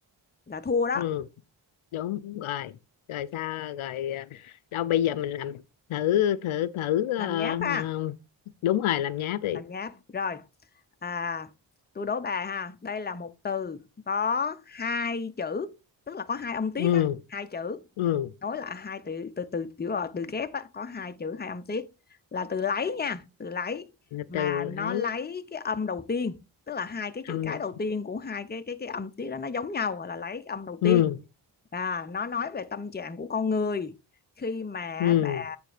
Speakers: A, on the left; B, on the left.
A: Là thua đó
B: ừ đúng rồi. Rồi sao rồi à, đâu bây giờ mình làm thử thử thử
A: Làm
B: ờ,
A: nháp
B: ờ,
A: ha
B: đúng rồi làm nháp đi.
A: Làm nháp Rồi à tôi đố bà ha đây là một từ có hai chữ tức là có hai âm tiết
B: Ừ
A: á hai chữ
B: ừ
A: nối lại hai từ từ từ kiểu là từ ghép á, có hai chữ hai âm tiết là từ lấy nha từ lấy mà
B: từ
A: nó
B: ấy
A: lấy cái âm đầu tiên tức là hai cái chữ
B: âm
A: cái đầu tiên của hai cái cái cái âm tiết đó nó giống nhau gọi là lấy âm đầu
B: ừ
A: tiên à, nó nói về tâm trạng của con người khi mà
B: ừ
A: bà